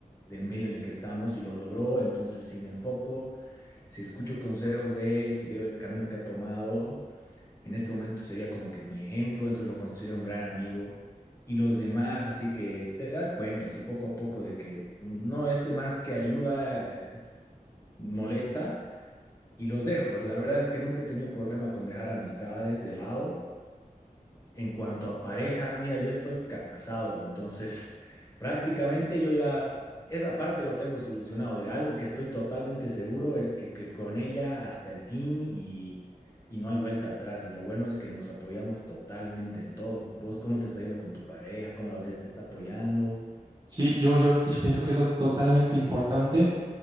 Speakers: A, on the left; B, on the right.
A: del medio en el que estamos y lo logró. Entonces, si me enfoco, si escucho consejos de él, si veo el camino que ha tomado en este momento sería como que mi ejemplo, entonces lo considero un gran amigo. Y los demás, así que te das cuenta, así poco a poco, de que no, este más que ayuda, eh, molesta, y los dejo. La verdad es que nunca he tenido problema con dejar amistades de lado, en cuanto a pareja, mira, yo estoy casado, entonces prácticamente yo ya esa parte lo tengo solucionado. De algo que estoy totalmente seguro es que, que con ella hasta el fin y, y no hay vuelta atrás. Lo bueno es que nos apoyamos totalmente en todo. ¿Vos cómo te está yendo con tu pareja? ¿Cómo la ves? ¿Te está apoyando?
B: Sí, yo, yo, yo pienso que eso es totalmente importante.